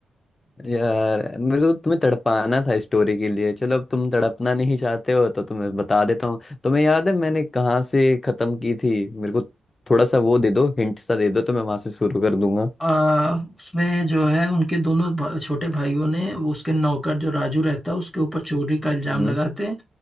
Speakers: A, on the left; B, in the centre.
A: यार मेरे को तो तुम्हें तड़पाना था स्टोरी के लिए चलो अब तुम तड़पना नहीं चाहते हो तो तुम्हें बता देता हूँ तुम्हें याद है मैंने कहाँ से खत्म की थी मेरे को थोड़ा सा वो दे दो हिंट सा दे दो तो मैं वहां से शुरू कर दूंगा
B: आ, उसमें जो है उनके दोनों भा, छोटे भाइयों ने वो उसके नौकर जो राजू रहता है उसके ऊपर चोरी का इल्जाम
A: हम्म
B: लगाते हैं